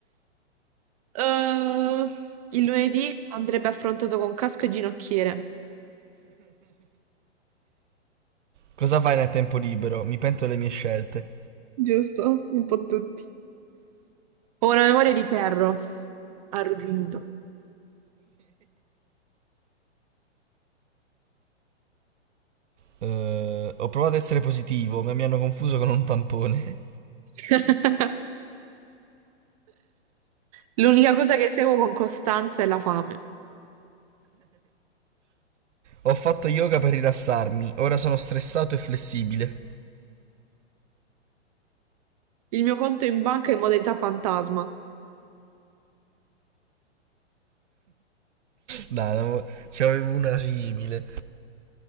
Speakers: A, on the right (about 30°); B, on the right (about 75°).
A: Eh, il lunedì andrebbe affrontato con casco e ginocchiere.
B: Cosa fai nel tempo libero? Mi pento delle mie scelte.
A: Giusto? Un po' tutti. Ho una memoria di ferro, arrugginito.
B: Eh, ho provato a essere positivo, ma mi hanno confuso con un tampone.
A: <laughs> L'unica cosa che seguo con costanza è la fame.
B: Ho fatto yoga per rilassarmi, ora sono stressato e flessibile.
A: Il mio conto in banca è in modalità fantasma.
B: Dai, no, ce n'avevo una simile.